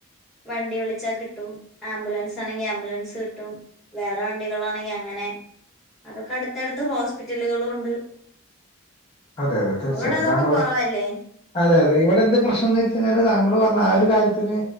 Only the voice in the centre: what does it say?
വണ്ടി വിളിച്ചാ കിട്ടും ആംബുലൻസ് ആണെങ്കി ആംബുലൻസ് കിട്ടും വേറെ വണ്ടികളാണെങ്കി അങ്ങനെ അതൊക്കെ അടുത്തടുത്ത് ഹോസ്പിറ്റലുകളും ഉണ്ട്
ഇവിടെ അതൊക്കെ
കൊറവല്ലേ